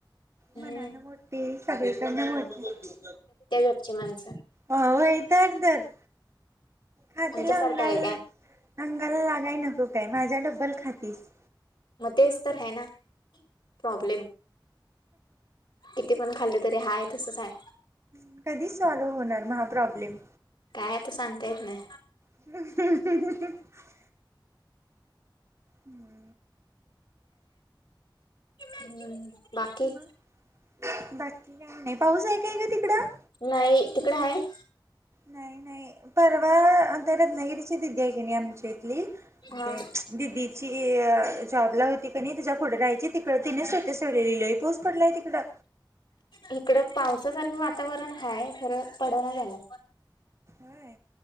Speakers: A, on the left; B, on the right.
A: हम्म
B: मनान मोठी सगळीकडना मोठी
A: अची माणसं
B: हो व्हय तर तर खातीला
A: आमच्यासारखं
B: अंगाल
A: आहे काय
B: अंगाला लागाय नको काय माझा डब्बल खातीस.
A: म तेच तर हाय ना प्रॉब्लेम किती पण खाल्ल तरी हाय तसंच हाय.
B: हं कधी सॉल्व्ह होणार म हा प्रॉब्लेम
A: काय आता सांगता येत नाय.
B: <unintelligible> हम्म
A: हम् बाकी
B: मग बाकी का नाय पाऊस हाय काय ग तिकडं
A: नाही तिकड हाय
B: नाही नाही परवा आता रत्नागिरीची दिदी हाय की नाय आमच्या इथली म्हणजे
A: हा
B: दिदीची जॉबला होती तनी तिथं पुढं राहायची तिकड तिने स्टेटस ठेवलंय लिलंय पाऊस पडलाय तिकडं
A: इकड पावसासारखं वातावरण हाय खरं पड ना झालं.
B: होय